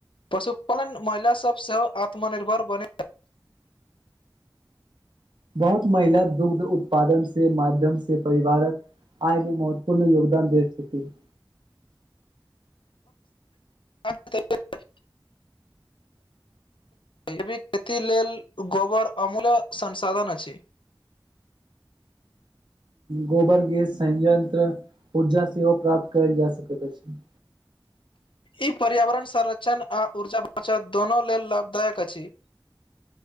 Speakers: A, on the left (about 80°); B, on the right (about 65°).
A: पशुपालन महिला सब सेहो आत्मनिर्भर बने
B: बहुत महिला दुग्ध उत्पादन से माध्यम से परिवारक आय मे महत्वपूर्ण योगदान दैत छथिन।
A: <unintelligible> जैबिक खेती लेल गोबर अमूल्य संसाधन अछि।
B: गोबर गेस स यंत्र ऊर्जा सेहो प्राप्त कयल जा सकैत अछि।
A: ई पर्यावरण संरक्षण आ ऊर्जा बचत दुनो लेल लाभदायक अछि।